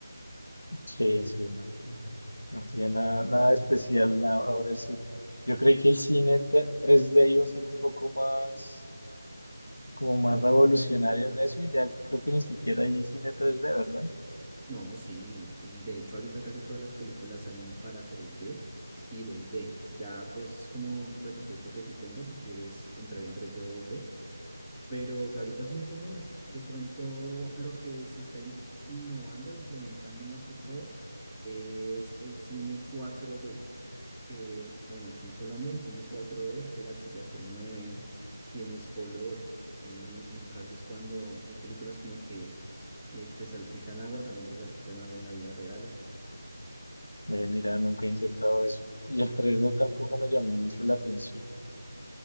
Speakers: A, on the left; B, in the centre.
A: Sí, sí, no, no- no tiene nada, nada de especial na- ahora el cine. Yo creí que el cine te- 3D iba a ser un poco más, como más revolucionario en eso y ya creo que ni siquiera hay cine 3D, ¿verdad?
B: No, sí. pues, De hecho, ahorita casi todas las películas salen para tres d y dos d Ya pues es como el presupuesto que tú tengas si quieres entrar en tres d o dos d Pero ya ahorita es muy común. De pronto lo que se está imp- innovando, implementando más que todo, es el cine 4D. Que, bueno, aquí en Colombia el cine 4D es que las sillas se mueven, tienes olor, tiene, eh, a veces cuando hay películas como que eh, te salpican agua, también te salpican agua en la vida real.
A: Eh, mira, nunca he intentado eso. Y el 3D tampoco me llamó mucho la atención.